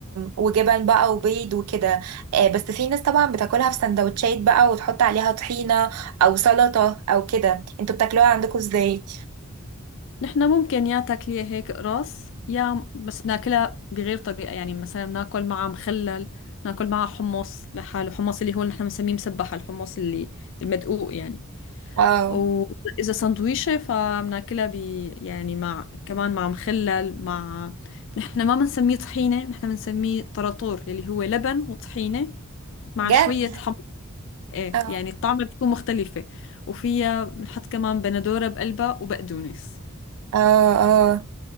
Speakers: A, on the right; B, on the left.
A: وجبن بقى وبيض وكده آه، بس في ناس طبعا بتاكلها في سندوتشات بقى وتحط عليها طحينه او سلطه او كده انتوا بتاكلوها عندكم ازاي
B: نحن ممكن يا تاكليها هيك قرص يا بس بناكلها بغير طريقة يعني مثلا بناكل معها مخلل بناكل معها حمص لحاله حمص اللي هو نحن بنسميه مسبح الحمص اللي المدقوق يعني
A: اه
B: وإذا سندويشة فبناكلها ب يعني مع كمان مع مخلل مع نحن ما بنسميه طحينة نحن بنسميه طراطور اللي هو لبن وطحينة مع
A: بجد
B: شوية حمص ايه
A: اه
B: يعني الطعمة بتكون مختلفة وفيها بنحط كمان بندورة بقلبها وبقدونس
A: اه آه.